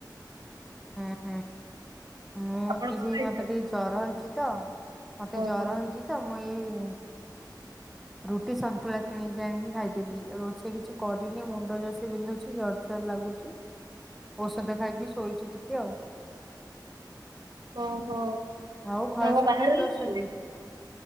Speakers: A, in the centre; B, on the right.
A: ହୁଁ ହୁଁ ମୁଁ
B: ଆପଣ
A: ବି
B: କଣ
A: ସେଇ
B: ଖାଇଛନ୍ତି?
A: ମତେ ଟିକେ ଜର ହେଇଛି ତ ମତେ
B: ଓହୋ
A: ଜର ହେଇଛି ତ ମୁଁ ଏଇ ରୁଟି ସନ୍ତୁଳା କିଣିକି ଆଣିକି ଖାଇଦେଲି। ରୋଷେଇ କିଛି କରିନି ମୁଣ୍ଡ ଜୋରସେ ବିନ୍ଧୁଛି ଯାଉଚି ଲାଗୁଛି ଔଷଧ ଖାଇକି ଶୋଇଛି ଟିକେ ଆଉ।
B: ଓହୋ
A: ଆଉ
B: ଆପଣ
A: ଘରେ
B: କଣ
A: ସବୁ
B: ବାହାରେ
A: କିଏ କିଏ
B: ରହୁଛନ୍ତି?
A: ଅଛନ୍ତି?